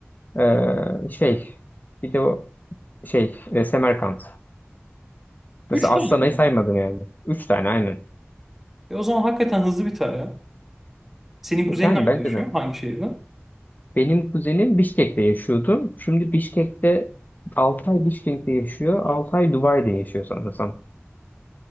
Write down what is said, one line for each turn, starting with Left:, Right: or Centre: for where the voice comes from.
Left: e, şey bir de o şey e, Semerkant. Mesela
Centre: Üç tane
Left: Astana'yı
Centre: mi yani.
Left: saymadım yani. Üç tane aynen.
Centre: E o zaman hakikaten hızlı biter ya. Senin kuzenin
Left: Yani
Centre: nerede
Left: bence
Centre: yaşıyor?
Left: de.
Centre: Hangi şehirde?
Left: Benim kuzenim Bişkek'te yaşıyordu. Şimdi Bişkek'te 6 ay Bişkek'te yaşıyor. 6 ay Dubai'de yaşıyor sanırsam.